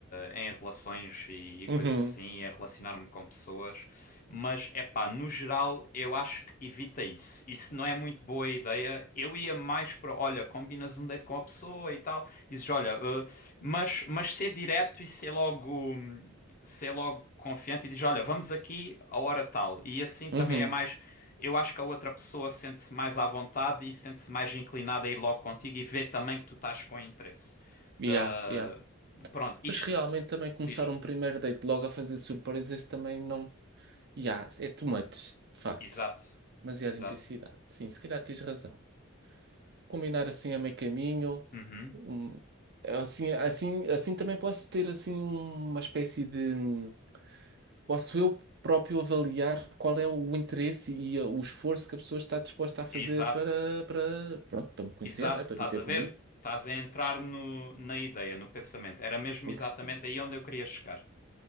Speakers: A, on the left; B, on the right.
A: em relações e, e
B: Uhum,
A: coisas assim, e em relacionar-me com pessoas. Mas é pá, no geral eu acho que evita isso. Isso não é muito boa ideia. Eu ia mais para, olha, combinas um date com a pessoa e tal. Dizes, olha, eh, mas, mas ser direto e ser logo, hum, ser logo confiante e dizes, olha, vamos aqui a hora tal. E assim também
B: uhum.
A: é mais. Eu acho que a outra pessoa sente-se mais à vontade e sente-se mais inclinada a ir logo contigo e vê também que tu estás com interesse.
B: Yeah,
A: Ah,
B: yeah.
A: pronto, isto
B: Pois realmente também começar
A: diz.
B: um primeiro date logo a fazer surpresas também não. Yeah, é too much, de facto.
A: Exato.
B: Demasiada
A: Exato.
B: intensidade. Sim, se calhar tens razão. Combinar assim a meio caminho.
A: Uhum.
B: hum, Assim, assim, assim também posso ter assim uma espécie de hum, posso eu próprio avaliar qual é o interesse e a- o esforço que a pessoa está disposta a fazer
A: Exato.
B: para, para, pronto, para me conhecer,
A: Exato,
B: não é? Para
A: estás
B: vir ter
A: a
B: comigo,
A: ver? Estás a entrar no, na ideia, no pensamento. Era mesmo
B: porque,
A: exatamente
B: se-
A: aí onde eu queria chegar.